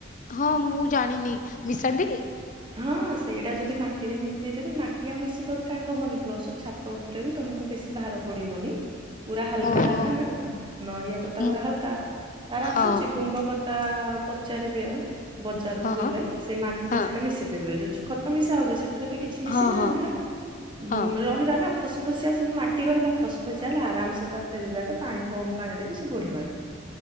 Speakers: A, on the left (about 40°); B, on the right (about 25°).
A: ହଁ ମୁଁ ଜାଣିନି ମିଶାନ୍ତି କି?
B: ହଁ ସେଇଟା ଯଦି ମାଟିରେ ମିଶେଇଦେବେ ମାଟି ଆଉ ବେଶୀ ଦରକାର ହବନି ପ୍ଲସ୍ ଛା ତ ଉପରେ ବି ତମକୁ ବେଶି ଭାର ପଡିବନି। ପୁରା ହାଲକା
A: ଓହୋ
B: ହାଲକା ନା ନଡିଆ କତା
A: ମୁଁ
B: ପୁରା ହାଲକା ତାର
A: ହଁ
B: ଆସୁଛି ଗୁଣ୍ଡ କ ତା ପଚାରିବେ ବଜାରକୁ
A: ହଁ
B: ଗଲେ ସେ ମାଟିରେ
A: ହଁ
B: ସେଟା ମିଶେଇ ଦେବେ ଯୋଉ ଖତ ମିଶା ହଉଛି ସେଥିରେ ବି କିଛି ମିଶେଇ
A: ହଁ
B: ନେବେ
A: ହଁ
B: ବୋ
A: ହଁ
B: ରହିଲା ନା ଫସ ଫସିବା ସେ ମାଟି ରହିଲା ଫସଫସିଆ ହେଲେ ଆରାମସେ ତା ତେରେ ଯାକେ ପାଣି କମ୍ ପାଣିରେ ବି ସେ ବଢ଼ିପାରିବ।